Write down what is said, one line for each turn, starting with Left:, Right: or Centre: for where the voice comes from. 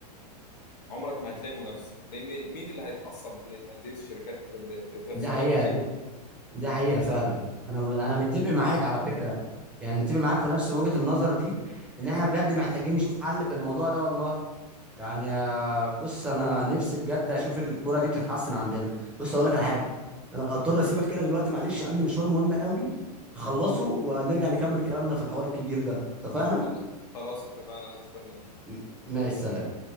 Left: عمرك ما هتلاقي منافسه لان مين اللي هيتعصب لان انديه الشركات ب- بتخسر
Centre: ده حقيقه
Left: ولا حاجه
Centre: ده ده حقيقه فعلا انا م- انا متفق معاك على فكره يعني متفق معاك في نفس وجهه النظر دي ان احنا بجد محتاجين نشوف حل في الموضوع ده والله يعني آه، بص انا نفسي بجد اشوف الكوره دي بتتحسن عندنا بص اقول لك على حاجه انا اضطر اسيبك كده دلوقتي معلش عندي مشوار مهم قوي اخلصه ونرجع نكمل كلامنا في الحوار الكبير ده اتفقنا
Left: أنا- خلاص اتفقنا انا هستناك
Centre: م- ماشي سلام